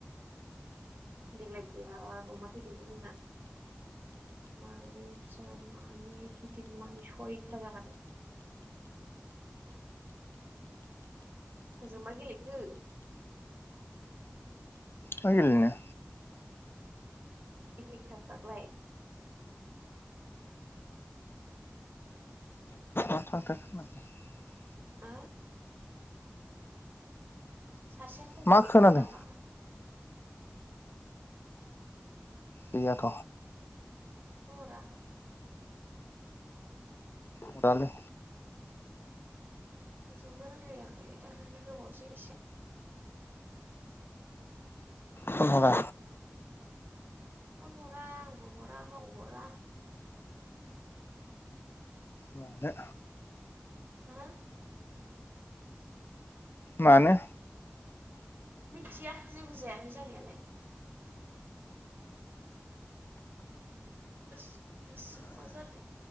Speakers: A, on the right; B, on the left.
A: देग्लाय बिराद अमा थैदों जोंना मानै फिसा मानै गिदिर मानै सयथ जाखादों सोरजों मा गेलेखो
B: मा गेलेनो
A: थिक-थिक थाक थाखलाय
B: <unintelligible>
A: आ सासेया खबर
B: मा
A: गैथारा
B: खोनादों
A: नामा
B: गैयाथ
A: खबरा
B: हरालै
A: रावजोंबो रायलायाखै तामाने गोबावजों एसे
B: फन हरा
A: फन हरा आंबो हरा गावबो हरा
B: मानो
A: हो
B: मानो
A: मिथिया जेबो जायाखै जानायालाय गोसो-गोसोआ मा जादों